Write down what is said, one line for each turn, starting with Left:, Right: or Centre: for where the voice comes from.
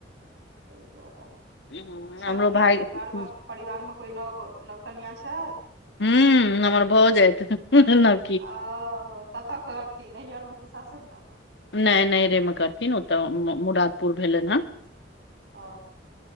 Right: तइ दुआरे
Left: हम्म,
Right: छथि
Left: हमरो
Right: कि
Left: भाय
Right: परिवारमे
Left: हूँ
Right: परिवारमे कोइ नव नव कनियाँ छथि
Left: हुँ हमर भाउज अछि नव
Right: ओ कतऽ करती नैहर मे की सासुर मे
Left: नय नहिरे मे करथिन ओतऽ मुरादपुर भेलनि हन
Right: ओ